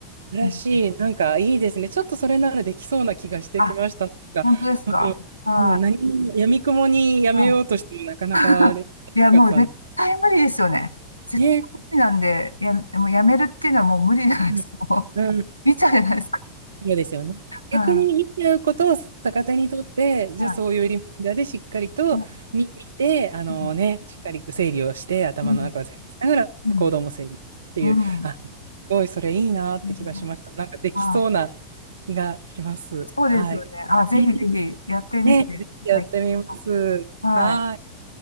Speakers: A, on the right; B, on the left.
A: 素晴らしい。
B: うん。
A: なんか、いいですね。ちょっとそれならできそうな気がしてきました。
B: あ、
A: なんか、
B: 本当ですか。
A: うん。
B: は
A: もう何も、やみくもにやめようとしても、
B: い。う
A: なかなかできなかったんで
B: ん <laughs> いや、もう絶対無理ですよね。絶対無理なんで、
A: ね。
B: や、もうやめるっていうのはもう無理じゃないですか。
A: うん。
B: <laughs> もう
A: うん。
B: 見ちゃうじゃないですか。
A: そうですよね。逆に見ちゃうことを逆手にとって、
B: は
A: じゃあそういうリマインダーでしっかりと見、
B: い。はい。はい。
A: 見て、あのね、
B: うん。
A: しっかり整理をして、頭の中を整理しながら行動も整理っていう、
B: うん。うん。うん。
A: あ、すごいそれいいなって気がしました。
B: うん
A: なんかできそうな
B: はい
A: 気がします。
B: そうですよね。
A: はい。
B: あ、ぜひぜひやってみてください。
A: うんね、ぜひやってみます。
B: はい。
A: はい。